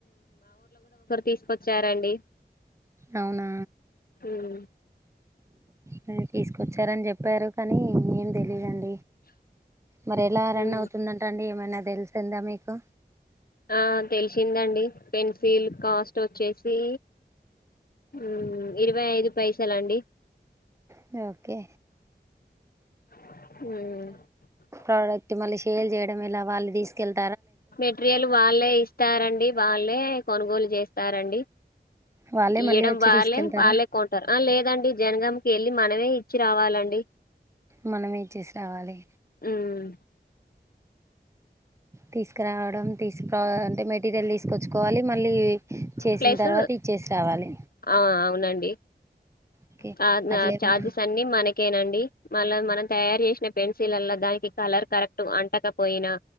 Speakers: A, on the left; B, on the right.
A: తీస్కొచ్చారాండి.
B: అవునా
A: మ్మ్
B: నే హ్మ్ తీస్కొచ్చారని జెప్పారు. కానీ ఏం తెలియన్ మరి ఎలా రన్
A: మ్మ్
B: అవుతుందంట అండి. ఏమైనా దెల్స్ తెల్దా మీక్ కా
A: ఆన్ తెల్సిందండి. పెన్సిల్ కాస్ట్ వచ్చేసి హ్మ్ ఇరువే ఐదు పైసలాండి.
B: న్యుఓకే
A: హ్మ్మ్
B: ప్రాడక్ట్ మళ్ళీ షేల్ చేయడం. ఇలా వాళ్ళు దీస్కెళ్
A: మెట్రీయల్ వాళ్ళే ఇస్తారండి. వాళ్ళే కొనుగోల్ జేస్త్ త్తారండి.
B: వాళ్ళే
A: ఇ ఇయెడం
B: మళ్ళీ వచ్చి
A: వాళ్లేే
B: తీసుకెళ్తారా
A: వాళ్ళే కొంటారు. ఆ లేదండి. జనగాంకి వెళ్ళి మనమే ఇ చ్చి రావాలండి.
B: మనమే చ్చేస్ రావాల్లే
A: ఉమ్
B: తీస్కరావడం తీస్ క్రా అంటే, మెటీరియల్ తీసుకొచ్చుకోవాలి. మళ్ళీ చేసిన్
A: ప్లస్
B: తర్వాత ఇచ్చేసి రావాలే.
A: ఆ అవునండి.
B: ఓకే
A: చార్డన్ర్
B: అట్లా ఏమన్నా
A: చార్జెస్ అన్ని మనకేనండి. మళ్ళా మనం త్యారి చేసి ప్లెమ్ పెన్స్ శీలల్ల దానికి, కలర్ కరెక్ట్ అంటకపోయినా